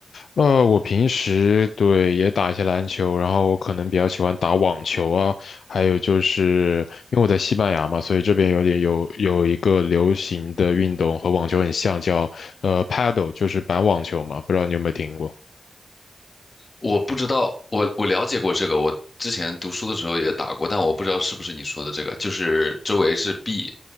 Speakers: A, on the left (about 85°); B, on the left (about 50°).
A: 呃，我平时对也打一些篮球，然后我可能比较喜欢打网球啊，还有就是因为我在西班牙嘛，所以这边有点有有一个流行的运动和网球很像，叫呃 paddle，就是板网球嘛，不知道你有没有听过？
B: 我不知道，我我了解过这个，我之前读书的时候也打过，但我不知道是不是你说的这个，就是周围是壁，